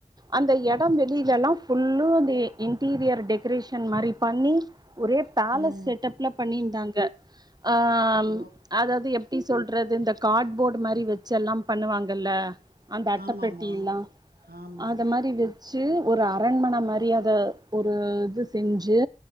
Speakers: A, on the right (about 25°); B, on the right (about 75°).
A: அந்த எடம் வெளிலல்லா புல்லு தி இன்டீரியர் டெக்கரேஷன் மாரி பண்ணி ஒரே பேலஸ்
B: ம்
A: செட்டப்ல பண்ணியிருந்தாங்க ஆ
B: ஓ
A: ம் அதாவது டி சொல்றது இந்த காட் போட் மாரி வெ ச்சல்லாம் பண்ணுவாங்கல்ல அந்த அட்ட
B: ஆமாமா
A: பெட்டில்லா
B: ஆமா
A: ஆத மாரி வெத் ச்சு ஒரு அரண்மன மரியாத ஒரு இது செஞ்சு